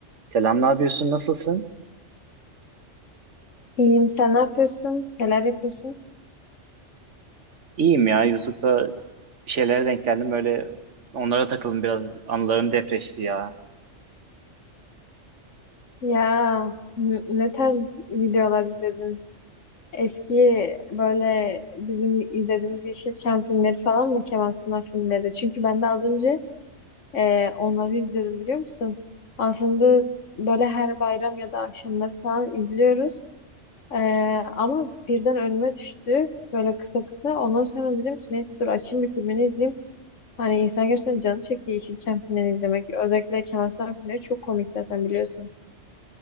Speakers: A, on the right (about 75°); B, on the left (about 80°).
A: Selam, ne yapıyorsun? Nasılsın?
B: İyiyim, sen ne yapıyorsun? Neler yapıyorsun?
A: İyiyim ya. YouTube'da bir şeylere denk geldim. Böyle onlara takıldım biraz. Anılarım depreşti ya.
B: Ya n- ne tarz videolar izledin? Eski böyle bizim izlediğimiz Yeşilçam filmleri falan mı? Kemal Sunal filmleri. Çünkü ben de az önce e, onları izledim biliyor musun? Aslında böyle her bayram ya da akşamları falan izliyoruz. E, ama birden önüme düştü böyle kısa kısa. Ondan sonra dedim ki neyse dur açayım bir filmini izleyeyim. Hani insan gerçekten canı çekti Yeşilçam filmlerini izlemek. Özellikle Kemal Sunal filmleri çok komik zaten biliyorsun.